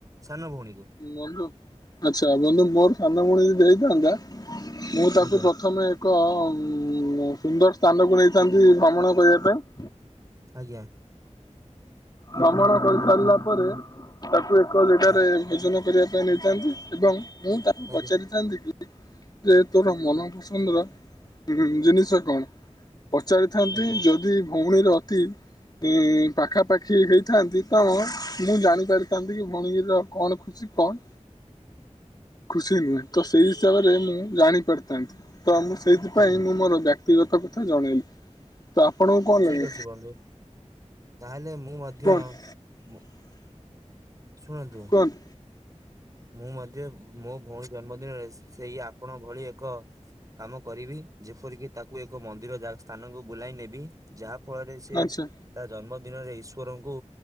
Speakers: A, on the right (about 30°); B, on the left (about 35°).
A: ସାନ ଭଉଣୀକୁ?
B: ବନ୍ଧୁ ଆଛା, ବନ୍ଧୁ ମୋର ସାନ ଭଉଣି ଯଦି ହେଇଥାନ୍ତା ମୁଁ ତାକୁ
A: ଆଜ୍ଞା
B: ପ୍ରଥମେ ଏକ ଉ ସୁନ୍ଦର ସ୍ଥାନକୁ ନେଇଥାନ୍ତି ଭ୍ରମଣ କରେଇବା ପାଇଁ
A: ଆଜ୍ଞା।
B: ଭ୍ରମଣ କରି ସାରିଲା ପରେ ତାକୁ ଏକ ଜାଗାରେ
A: ଆଜ୍ଞା
B: ଭୋଜନ କରିବା ପାଇଁ ନେଇଥାନ୍ତି। ଏବଂ ମୁଁ ତାକୁ
A: ଆଜ୍ଞା
B: ପଚାରିଥାନ୍ତି କି ଯେ ତୋର ମନପସନ୍ଦ ର ଜି-ଜିନିଷ କଣ? ପଚାରିଥାନ୍ତି
A: ଆଜ୍ଞା
B: ଯଦି ଭଉଣୀର ଅତି ଇ ପାଖାପାଖି ହେଇଥାନ୍ତି ତ ମୁଁ ଜାଣି ପାରିଥାନ୍ତି କି ଭଣୀଗିରି କଣ ଖୁସ କଣ ଖୁସି ତ ସେଇ ହିସାବରେ ମୁଁ ଜାଣି ପାରିଥାନ୍ତି। ତ ମୁଁ ସେଇଥିପାଇଁ
A: ଆଜ୍ଞା
B: ମୁଁ ମୋର ବ୍ୟକ୍ତିଗତ କଥା ଜଣେଇଲି। ତ ଆପଣଙ୍କୁ କଣ ଲାଗେ
A: ଠିକ ଅଛି ବନ୍ଧୁ ତାହେଲେ ମୁଁ ମଧ୍ୟ
B: କୁହନ୍ତୁ
A: ଉଁ ଶୁଣନ୍ତୁ।
B: କୁହନ
A: ମୁଁ ମଧ୍ୟ ମୋ ଭଉଣୀ ଜନ୍ମଦିନରେ ସେଇ ଆପଣ ଭଳି ଏକ କାମ କରିବି ଯେପରିକି ତାକୁ ଏକ ମନ୍ଦିର ଯା ସ୍ଥାନକୁ ବୁଲାଇ ନେବି। ଯାହା ଫଳରେ ସେ
B: ଆଚ୍ଛା
A: ତା ଜନ୍ମ ଦିନରେ ଈଶ୍ଵରଙ୍କୁ